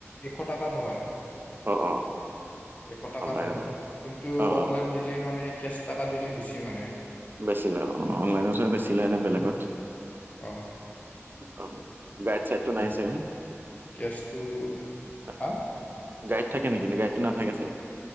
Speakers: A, on the left; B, on the right.
A: এশ টকাত হয়।
B: অ অ
A: এশ টকাত
B: অনলাইনত
A: হয়,
B: দেখোন।
A: কিন্তু
B: অ
A: অফলাইন
B: অ
A: দিলে মানে কেচ টাকা দিলে বেছি মানে।
B: বেছি লয় অ', অনলাইনতহে বেছি লয় এনে বেলেগত।
A: অ
B: অ', গাইদ চাইডটো নাই চাগে?
A: কেছটো,
B: অ
A: হা?
B: গাইড থাকে নেকি? নে গাইডটো নাথাকে চাগে।